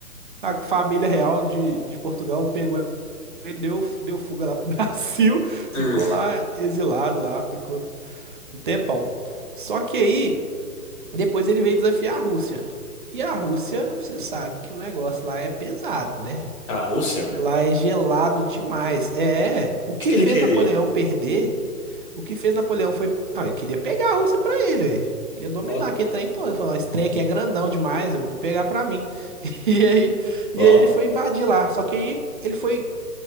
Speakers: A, on the right (about 35°); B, on the left (about 20°).
A: a família real de, de Portugal pegou Ele deu, deu fuga lá pro Brasil, <laughs> ficou
B: Hum,
A: lá exilado lá, ficou um tempão. Só que aí, depois ele veio desafiar a Rússia. E a Rússia, você sabe que o negócio lá é pesado, né?
B: a Rússia? O
A: Lá é gelado demais. É, o que
B: que que
A: fez
B: ele queria?
A: Napoleão perder, o que fez Napoleão foi. Ah, ele queria pegar a Rússia pra ele. aí. Queria dominar
B: Ó,
A: aquele trem todo. Falar, esse trem aqui é grandão demais, eu vou pegar pra mim. <laughs> E aí, e
B: ó.
A: aí ele foi invadir lá. Só que aí ele foi